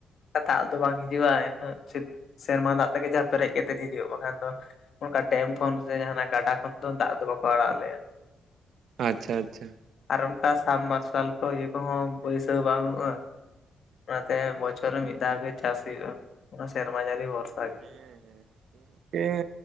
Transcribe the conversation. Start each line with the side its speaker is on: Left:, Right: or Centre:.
Left: ᱫᱟᱜ ᱫᱚ ᱵᱟᱝ ᱦᱤᱡᱩᱜᱼᱟ ᱩᱱᱟᱹᱜ ᱥᱮ ᱥᱮᱨᱢᱟ ᱫᱟᱜ ᱛᱮᱜᱮ ᱡᱟ ᱯᱮᱨᱮᱡ ᱠᱟᱛᱮ ᱦᱤᱡᱩᱜ ᱵᱟᱠᱷᱟᱱ ᱫᱚ ᱚᱱᱠᱟ ᱰᱮᱢ ᱠᱷᱚᱱ ᱥᱮ ᱡᱟᱦᱟᱸᱱᱟᱜ ᱜᱟᱰᱟ ᱠᱷᱚᱱ ᱫᱚ ᱫᱟᱜ ᱫᱚ ᱵᱟᱠᱚ ᱟᱲᱟᱜ ᱟᱞᱮᱭᱟ
Right: ᱟᱪᱪᱷᱟ ᱟᱪᱪᱷᱟ
Left: ᱟᱨ ᱚᱱᱠᱟ ᱥᱟᱵᱢᱟᱨᱥᱟᱞ ᱠᱚ ᱤᱭᱟᱹ ᱠᱚᱦᱚᱸ ᱵᱟᱹᱭᱥᱟᱹᱣ ᱵᱟᱝᱩᱜᱼᱟ ᱚᱱᱟᱛᱮ ᱵᱚᱪᱷᱚᱨ ᱨᱮ ᱢᱤᱫ ᱫᱷᱟᱣ ᱜᱮ ᱪᱟᱥ ᱦᱩᱭᱩᱜᱼᱟ, ᱚᱱᱟ ᱥᱮᱨᱢᱟ ᱡᱟᱲᱤ ᱵᱷᱚᱨᱥᱟ ᱜᱮ
Right: ᱦᱮᱸ ᱦᱮᱸ ᱦᱮᱸ ᱦᱮᱸ